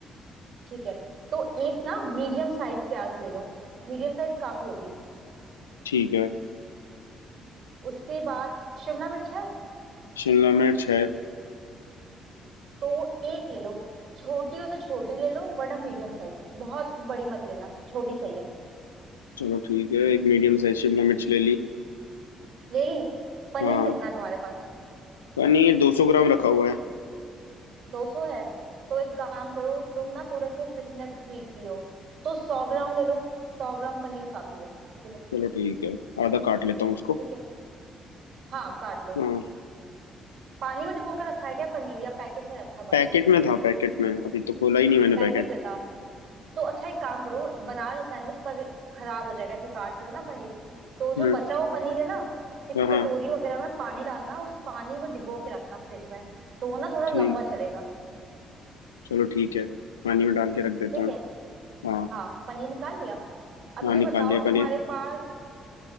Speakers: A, on the right; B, on the left.
A: ठीक है तो एक ना मीडियम साइज प्याज ले लो मीडियम साइज काफी होगी
B: ठीक है
A: उसके बाद शिमला मिर्च है
B: शिमला मिर्च है
A: तो एक ले लो छोटी हो तो छोटी ले लो वरना मीडियम साइज बहुत बड़ी मत लेना छोटी सही है
B: चलो ठीक है एक मीडियम साइज शिमला मिर्च ले ली
A: ले ली पनीर
B: हाँ
A: कितना है तुम्हारे पास
B: पनीर दो सौ ग्राम रखा हुआ है
A: दो सौ है तो एक काम करो तुम ना थोड़े से फिटनेस फ्रीक भी हो तो सौ ग्राम ले लो सौ ग्राम पनीर काफी है ले लो
B: चलो ठीक है आधा काट लेता हूँ उसको
A: ठीक है हाँ काट लो
B: हाँ
A: पानी में डुबो के रखा है क्या पनीर या पैकेट में रखा बंद
B: पैकेट में था पैकेट में अभी तो खोला ही नहीं मैंने
A: पैकेट
B: पैकेट
A: में था तो अच्छा एक काम करो बना रहे सैंडविच पर खराब हो जाएगा ऐसे काट रहे हो ना पनीर तो जो
B: हम्म
A: बचा हुआ पनीर है ना किसी
B: हाँ हाँ
A: कटोरी वगैरह में पानी डालना उस पानी में डिबो के रखना फ्रिज में तो वो ना थोड़ा
B: ठीक
A: लंबा चलेगा
B: चलो ठीक है पानी में डाल के रख देता
A: ठीक
B: हूँ
A: है
B: हाँ
A: हाँ पनीर निकाल लिया अब
B: हाँ
A: ये
B: निकाल
A: बताओ
B: लिया
A: तुम्हारे
B: पनीर
A: पास